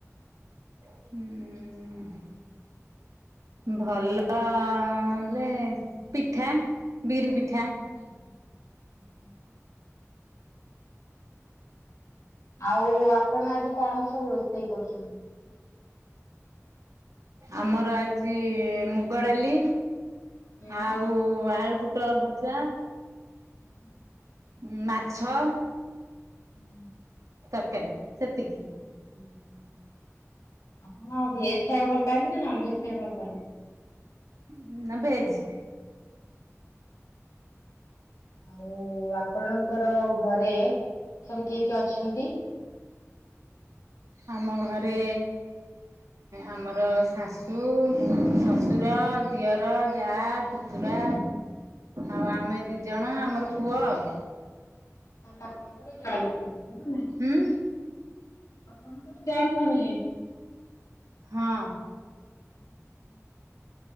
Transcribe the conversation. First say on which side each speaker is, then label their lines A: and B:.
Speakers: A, on the right; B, on the left.
A: ହୁଁ ଭଲ ହେଲେ ପିଠା ବିରି ପିଠା
B: ବିରି ପିଠା ହୁଁ ହୁଁ ହୁଁ। ଆଉ ଆପଣ ଆଜି କଣ ସବୁ ରୋଷେଇ କରୁଛନ୍ତି?
A: ଆମର ଆଜି ମୁଗ ଡାଲି
B: ହୁଁ
A: ଆଉ ଆଳୁ ପୁଟଳ ଭଜା
B: ଆଉ
A: ଉଁ ମାଛ
B: ହୁଁ।
A: ତରକାରୀ ସେତିକି।
B: ହୁଁ ହୁଁ ଆପଣ ଭେଜ ଖାଇବା ଭଲ ପାଆନ୍ତି ନା ନନ ଭେଜ ଖାଇବାକୁ ଭଲ ପାଆନ୍ତି?
A: ହଁ ନା ଭେଜି।
B: ହୁଁ ଆରୁ ଆପଣଙ୍କର ଘରେ ସବୁ କିଏ କିଏ ଅଛନ୍ତି?
A: ଆମ ଘରେ ଆମର ଶାଶୁ, ଶ୍ୱଶୁର, ଦିଅର, ଯା, ପୁତୁୁରା ଆଉ ଆମେ ଦିଜଣ ଆମର ପୁଅ ଆଉ।
B: ଖାଇଲା ପରେ ପରେ ଗାଳି <unintelligible>
A: ହୁଁ!
B: ଆପଣଙ୍କର ଜଏଣ୍ଟ ଫାମିଲି?
A: ହଁ।
B: ହୁଁ ହୁଁ।